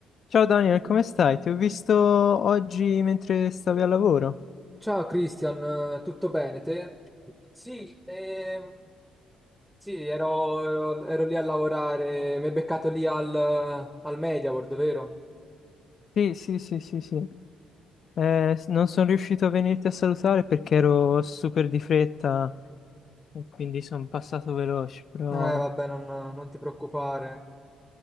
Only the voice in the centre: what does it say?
Ciao Cristian, eh, tutto bene te? Sì, ehm, sì, ero, ero- ero lì a lavorare, mi hai beccato lì al, al MediaWorld, vero?
Eh, vabbè, non, non ti preoccupare.